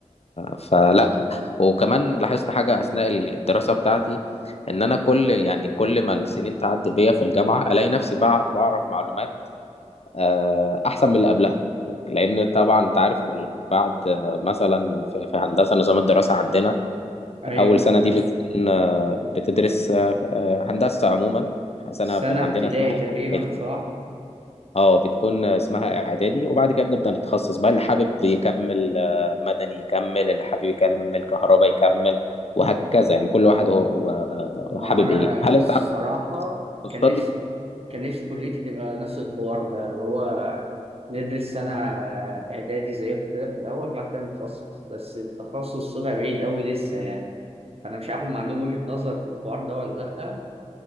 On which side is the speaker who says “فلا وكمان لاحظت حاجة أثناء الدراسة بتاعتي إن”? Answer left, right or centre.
Left